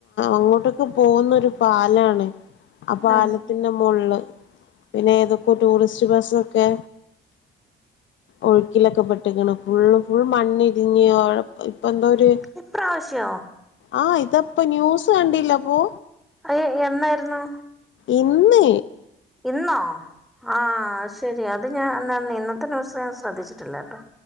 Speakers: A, on the left; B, in the centre.
A: അങ്ങോട്ടൊക്കെ പോകുന്നൊരു പാലാണ് ആഹ് പാലത്തിന്റെ
B: ഉം
A: മുകളില് പിന്നെ ഏതൊക്കെ ടൂറിസ്റ്റ് ബസ്സൊക്കെ ഒഴുക്കിലൊക്കെ പെട്ടികണു ഫുള് ഫുൾ മണ്ണി ഇടിഞ്ഞ് അവിടെ ഇപ്പം എന്തോ ഒരു
B: ഇപ്രാവശ്യോ
A: ആഹ് ഇത് ഇപ്പോ ന്യൂസ് കണ്ടില്ലപ്പോ
B: അയ എന്നായിരുന്നു
A: ഇന്ന്
B: ഇന്നോ ആഹ് അത് ശരി അത് ഞാൻ ഇന്നത്തെ ന്യൂസ്‌ ഞൻ ശ്രദ്ധിച്ചിട്ടില്ല കേട്ടോ